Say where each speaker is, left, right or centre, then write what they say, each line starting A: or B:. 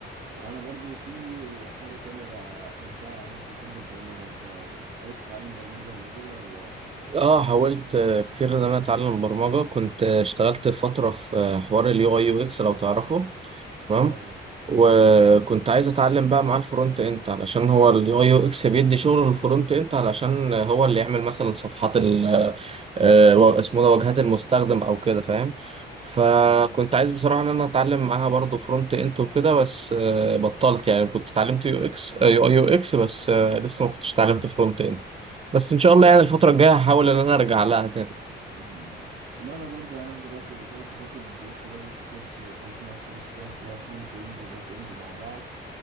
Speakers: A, on the right; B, on the right.
A: وانا برضو في حاجه تانية بحبها يعني مثلا بحب البرمجه انت حاولت تتعلم برمجه قبل كده ولا
B: اه حاولت آه، كتير ان انا اتعلم برمجه كنت آه، اشتغلت فتره في آه، حوار اليو اي يو اكس لو تعرفه تمام
A: اه
B: وكنت عايز اتعلم بقى معاه الفرونت اند علشان هو اليو اي يو اكس بيدي شغل الفرونت اند علشان آه، هو اللي يعمل مثلا صفحات ال آه، آه، و- اسمه ده واجهات المستخدم او كده فاهم فكنت
A: مم.
B: عايز بصراحه ان انا اتعلم معاها برضه فرونت اند وكده بس آه، بطلت يعني كنت اتعلمت يو اكس آه، يو اي يو اكس بس آه، لسه ما كنتش اتعلمت فرونت اند بس ان شاء الله يعني الفتره الجايه هحاول ان انا ارجع لها تاني
A: مم. ما انا برضو يعني انا دلوقتي يعتبر باخد لسه بادئ في كورس حاجه اسمها فول ستاك اللي هو فرونت اند وباك اند مع بعض